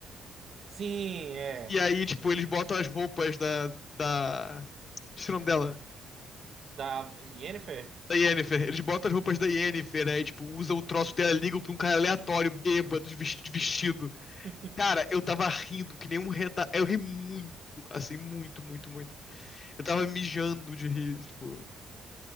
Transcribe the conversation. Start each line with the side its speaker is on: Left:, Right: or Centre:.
Right: Sim, é.
Left: E aí, tipo, eles botam as roupas da, da... Esqueci o nome dela.
Right: Da Yennefer?
Left: Da Yennefer. Eles botam as roupas da Yennefer, aí, tipo, usam o troço dela, ligam pra um cara aleatório, bêbado, de vesti- de vestido.
Right: <laughs>
Left: Cara, eu tava rindo que nem um reta... Eu ri muito, assim, muito, muito, muito. Eu tava mijando de rir, tipo.